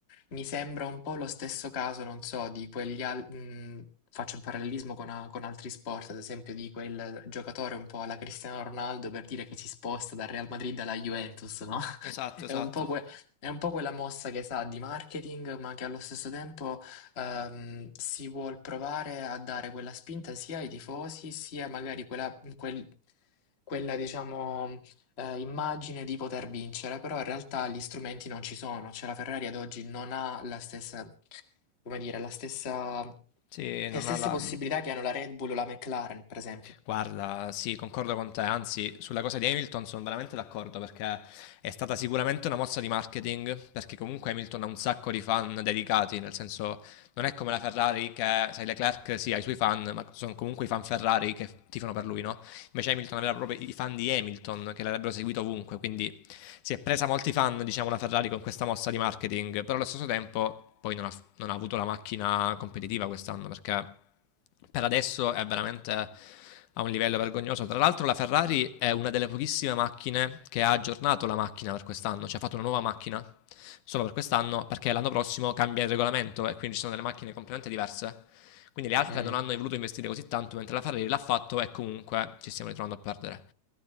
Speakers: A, on the left; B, on the left.
A: Mi sembra un po' lo stesso caso, non so, di quegli al- mh, faccio un parallelismo con, a- con altri sport, ad esempio di quel giocatore un po' alla Cristiano Ronaldo per dire che si sposta dal Real Madrid alla Juventus, no? <laughs>
B: Esatto, esatto.
A: È un po', que- è un po' quella mossa che sa di marketing, ma che allo stesso tempo ehm, si vuol provare a dare quella spinta sia ai tifosi, sia magari quella, quel- quella, diciamo, eh, immagine di poter vincere, però in realtà gli strumenti non ci sono, cioè la Ferrari ad oggi non ha la stessa, come dire, la stessa,
B: Sì,
A: le
B: non
A: stesse
B: ha la...
A: possibilità che hanno la Red Bull o la McLaren, per esempio.
B: Guarda, sì, concordo con te, anzi, sulla cosa di Hamilton sono veramente d'accordo perché è stata sicuramente una mossa di marketing, perché comunque Hamilton ha un sacco di fan dedicati, nel senso non è come la Ferrari che, sai, Leclerc sì, ha i suoi fan, ma sono comunque i fan Ferrari che tifano per lui, no? Invece Hamilton aveva proprio i fan di Hamilton che l'avrebbero seguito ovunque, quindi si è presa molti fan, diciamo, la Ferrari con questa mossa di marketing, però allo stesso tempo poi non ha non ha avuto la macchina competitiva quest'anno perché per adesso è veramente a un livello vergognoso. Tra l'altro la Ferrari è una delle pochissime macchine che ha aggiornato la macchina per quest'anno, cioè ha fatto una nuova macchina solo per quest'anno perché l'anno prossimo cambia il regolamento e quindi ci sono delle macchine completamente diverse. Quindi le altre
A: Mm.
B: non hanno voluto investire così tanto, mentre la Ferrari l'ha fatto e comunque ci stiamo ritrovando a perdere.